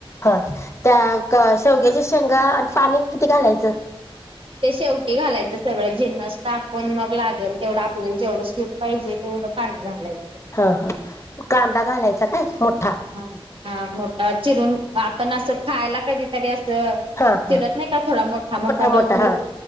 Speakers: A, on the left (about 30°); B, on the right (about 60°).
A: हा त्या शेवग्याच्या शेंगा आणि पाणी किती घालायचं
B: ते शेवटी घालायचं सगळं जिन्नस टाकून मग लागेल तेवढं आपल्याला जेवढं सूट पाहिजे तेवढ झालाय
A: हा हा कांदा घालायचा काय मोठा
B: हा हा मोठा चिरून आपण असं खायला कधीतरी असं
A: हा
B: चिरत
A: हा
B: नाही का थोडा मोठा मोठाो
A: मोठा हा